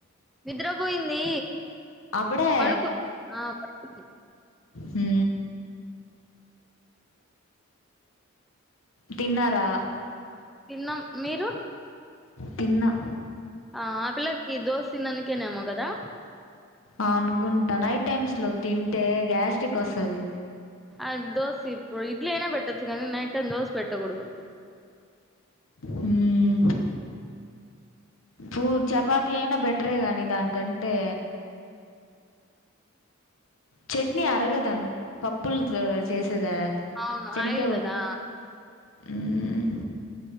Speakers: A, in the centre; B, on the left (about 70°).
A: నిద్ర బొయింది
B: అప్పుడే
A: పడుకు ఆ పడుకుంది
B: హు తిన్నారా
A: తిన్నం మీరు
B: తిన్నా
A: ఆ ఆ పిల్లకి దోస్ తిన్నందుకేనేమో గదా
B: అనుకుంటా నైట్ టైమ్స్ లో తింటే గ్యాస్ట్రిక్ వస్తది
A: అద్ దోశిప్పు ఇడ్లీ ఐనా పెట్టొచ్చు గానీ నైట్ టైం దోశ పెట్టగుడుదు
B: హ్మ్ పూ చపాతి అయినా బెటరే గాని దానికంటే చట్నీ అరగదను పప్పుల్ద్ చేసేదా
A: అవును
B: చెనికాయ్
A: ఆయిల్
B: పప్
A: కదా
B: మ్మ్